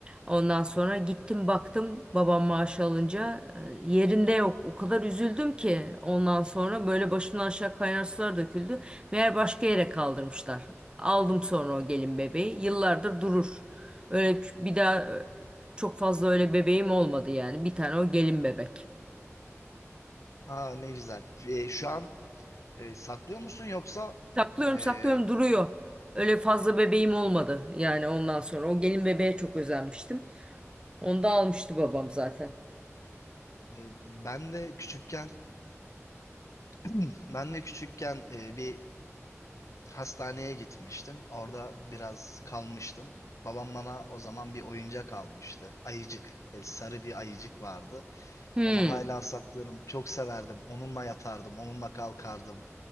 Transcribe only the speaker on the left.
Aa ne güzel. E, şu an e, saklıyor musun yoksa
e,
E, ben de küçükken <clears throat> ben de küçükken e, bir hastaneye gitmiştim. Orada biraz kalmıştım. Babam bana o zaman bir oyuncak almıştı. Ayıcık. Böyle sarı bir ayıcık vardı.
Onu hala saklıyorum. Çok severdim. Onunla yatardım. Onunla kalkardım.